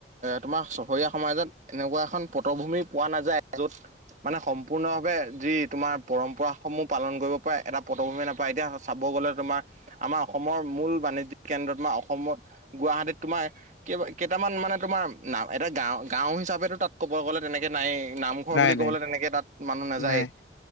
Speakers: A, on the right (about 40°); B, on the left (about 80°).
A: তোমাৰ চহৰীয়া সমাজত এনেকুৱা এখন পটভূমি পোৱা নাযায় য'ত মানে সম্পূৰ্ণ ভাৱে যি তোমাৰ পৰম্পৰা সমূহ পালন কৰিব পাৰা এটা পটভূমি নাপায়। এতিয়া চাব গ'লে তোমাৰ আমাৰ অসমৰ মূল বাণিজ্যিক কেন্দ্ৰত তোমাৰ অসমত, গুৱাহাটীত তোমাৰ কেইটা কেইটামান মানে তোমাৰ নাম এটা গা গাও হিচাপে তাত ক ক'ব গ'লে তেনেকে নাই। নামঘৰ
B: নাই
A: বুলি ক'বলে
B: নাই
A: তেনেকে তাত মানুহ নাযায়।
B: নাই